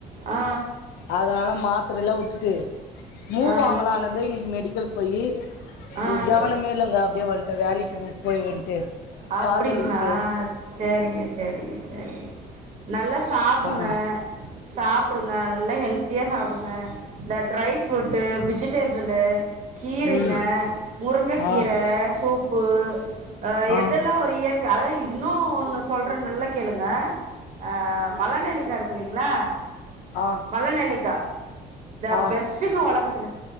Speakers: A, on the right; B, on the left.
A: ஆ
B: அதனால மாத் இலா உட்டுட்டு மூவ்
A: ஆ
B: வாங்கலானந்த இன்னைக்கு மெடிக்கல் பொயி
A: ஆ ஆ
B: கவனமே இலங்க அப்டியே வந் இப்ப வேலைக்கி போய் வந்ட்டு
A: அப்டிங்களா
B: கால் வலின்ட்டு
A: சேரிங்க சேரிங்க சேரிங்க நல்லாஸ் சாப்புடுங்க
B: ஆ
A: சாப்புடுங்க நல்லா ஹெல்த்தியா சாப்புடுங்க இந்த ட்ரை ஃப்ரூட்டு வெஜிடேபுளு கீரைங்க
B: ம்
A: முருங்க
B: ஆ
A: கீர சோப்பு அ
B: ஆ
A: எத் ஒரு இயற்க அதா இன்னு ஒன்னு சொல்ற நல்லா கேளுங்க ஆ மலநெல்லிக்கா இருக் க்கு இல்லிங்களா
B: ஆ
A: மலநெல்லிக்கா த
B: ஆ
A: பெஸ்ட்டுங்க ஒலகத்துல